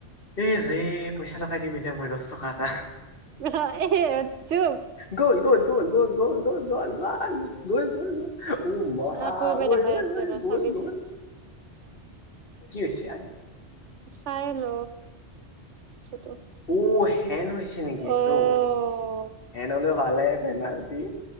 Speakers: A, on the left; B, on the right.
A: এই ৰে পইচা লগাই দিম এতিয়া মই দহ টকা এটা।
B: <unintelligible>
A: গল-গল -গল -গল- গল- গল- গল -গ- গল- গল- গল অ মা
B: আকৌ এবাৰ
A: ঐ-ঐ-ঐ
B: দেখাই আছে ৰ
A: গ'ল-গ'ল
B: চাবিচোন
A: কি হৈছে আৰে?
B: চাই ল <unintelligible>
A: উ হেন হৈছে নেকি এটো
B: অ'
A: হেন হলে ভালে পেনাল্টি।